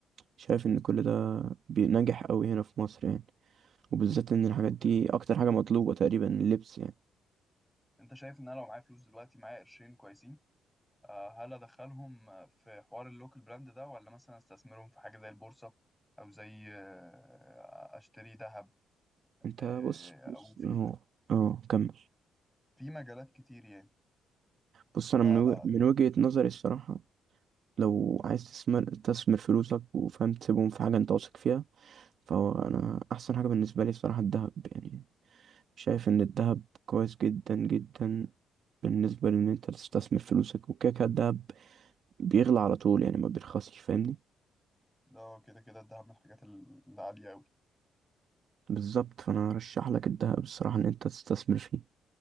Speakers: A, on the right; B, in the centre.
A: شايف ان كل ده بينجح قوي هنا في مصر يعني وبالذات ان الحاجات
B: طب
A: دي اكتر حاجة مطلوبة تقريبا اللبس يعني
B: انت شايف ان انا لو معايا فلوس دلوقتي معايا قرشين كويسين آه، هل ادخلهم في حوار اللوكال براند ده ولا مثلا استثمرهم في حاجه زي البورصه او زي آه، اشتري ذهب
A: انت
B: آه،
A: بص بص
B: او في
A: اهو اه كمل
B: في مجالات كتير يعني
A: بص
B: ف
A: انا من وج- من وجهة نظري الصراحة لو عايز تستثمر تستثمر فلوسك وفاهم تسيبهم في حاجة انت واثق فيها فهو انا احسن حاجة بالنسبة لي الصراحة الذهب يعني شايف ان الذهب كويس جدا جدا بالنسبة لان انت تستثمر فلوسك وكده كده الدهب بيغلى على طول يعني ما بيرخصش فاهمني
B: ده كده كده الدهب من الحاجات ال- العاليه قوي
A: بالظبط فانا ارشح لك الذهب الصراحه ان انت تستثمر فيه